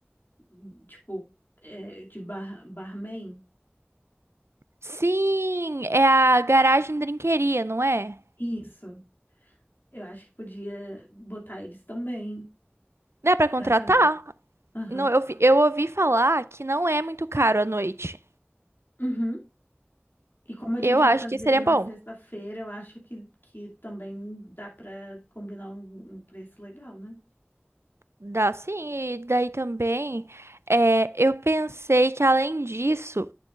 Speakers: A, on the left (about 55°); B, on the right (about 85°).
A: hum, tipo, é, de bar, barman.
B: Sim, é a garagem drinqueria, não é?
A: Isso. Eu acho que podia botar eles também
B: Dá pra contratar?
A: para fazer. Aham.
B: Não, eu, vi- eu ouvi falar que não é muito caro à noite.
A: Uhum. E como a gente
B: Eu
A: vai
B: acho
A: fazer
B: que seria
A: na
B: bom.
A: sexta-feira, eu acho que, que também dá para combinar um, um preço legal, né?
B: Dá sim, e daí também é, eu pensei que além disso,